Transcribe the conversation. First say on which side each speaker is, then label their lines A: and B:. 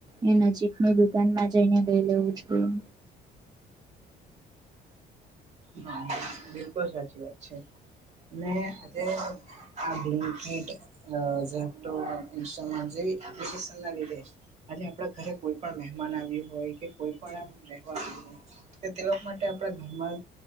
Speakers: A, on the right; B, on the right.
A: એ નજીકની દુકાનમાં જઈને લઈ લેઉું છું.
B: હા બિલકુલ સાચી વાત છે અને આજે આ બ્લીન્કેટ, ઝેબટો, ઇન્સ્ટ્રામ જે એપ્લિકેશન ના લીધે આજે આપણા ઘરે કોઈ પણ મહેમાન આવ્યું હોય કે કોઈ પણ આ રહેવા આવ્યું હોય. કે તે લોકો માટે આપણા ઘરમાં